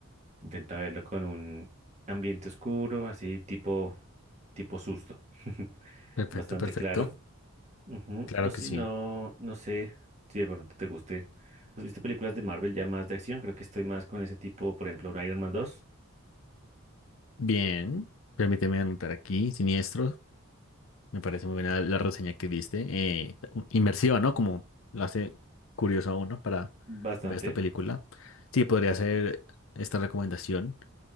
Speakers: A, on the right; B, on the left.
A: Intenta verlo con un ambiente oscuro, así tipo, tipo susto. <laughs>
B: Perfecto,
A: Bastante
B: perfecto.
A: claro. Ujú.
B: Claro
A: O si
B: que sí.
A: no, no sé si de pronto te guste. ¿Has visto películas de Marvel ya más de acción? Creo que estoy más con ese tipo, por ejemplo, un Iron Man dos,
B: Bien, permíteme anotar aquí, siniestro. Me parece muy buena la reseña que diste. eh, inmersiva, ¿no? Como la hace curioso a uno para
A: Bastante.
B: ver esta película. Sí, podría ser esta recomendación.